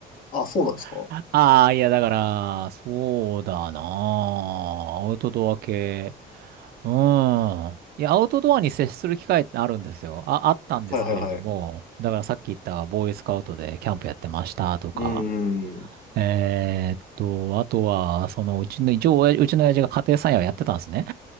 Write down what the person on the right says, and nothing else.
<laughs> ああ、いや、だから、そうだなあ。アウトドア系。うん。いや、アウトドアに接する機会ってあるんですよ。あ、あったんですけれども、
だからさっき言ったボーイスカウトでキャンプやってましたとか、
えーっと、あとは、そのうちの、一応、親うちの親父が家庭菜園をやってたんですね。